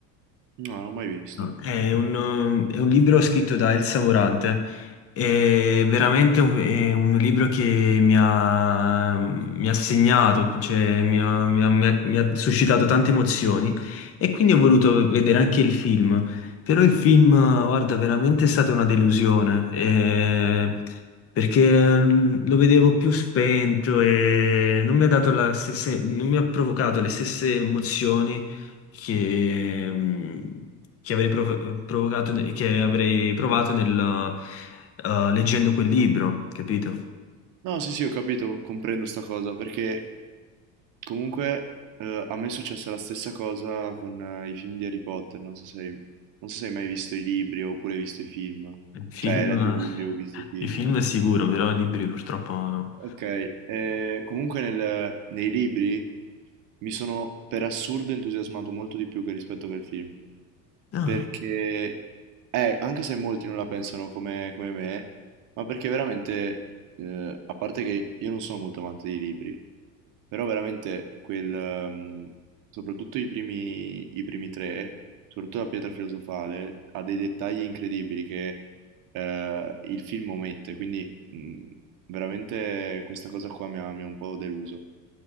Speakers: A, on the right; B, on the left.
A: No, non l'ho mai visto.
B: No. è un, eh, è un libro scritto da Elsa Morante è veramente un, è un libro che mi ha, mi ha segnato, cioè mi ha, mi ha- mi ha- mi ha suscitato tante emozioni e quindi ho voluto vedere anche il film. Però il film, guarda, veramente è stata una delusione, eh, perché lo vedevo più spento e non mi ha dato la stessa, non mi ha provocato le stesse emozioni che, che avrei prov- provocato, che avrei provato nel eh, leggendo quel libro, capito?
A: No, sì, sì, ho capito, comprendo sta cosa, perché comunque eh, a me è successa la stessa cosa con eh, i film di Harry Potter, non so se, hai- non so se hai mai visto i libri oppure hai visto i film,
B: Il film,
A: cioè hai letto i libri o visto i film.
B: i film è sicuro, però i libri purtroppo no.
A: Ok, eh, comunque nel- nei libri mi sono per assurdo entusiasmato molto di più che rispetto che al film,
B: Ah,
A: perché eh, anche se molti non la pensano come, come me, ma perché veramente, eh, a parte che io non sono molto amante dei libri, Però veramente quel, ehm, soprattutto i primi, i primi tre, soprattutto la pietra filosofale, ha dei dettagli incredibili che eh, il film omette, quindi mh, veramente questa cosa qua mi ha, mi ha un po' deluso.